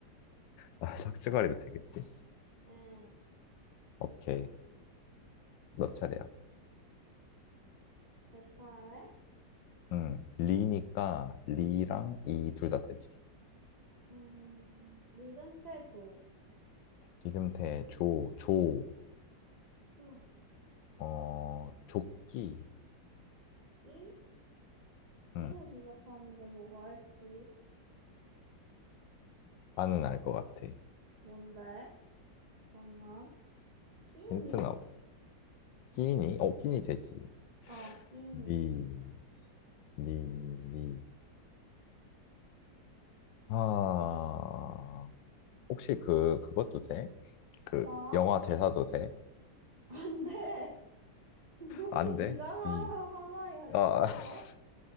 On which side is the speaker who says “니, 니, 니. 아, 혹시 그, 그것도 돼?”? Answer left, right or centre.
Left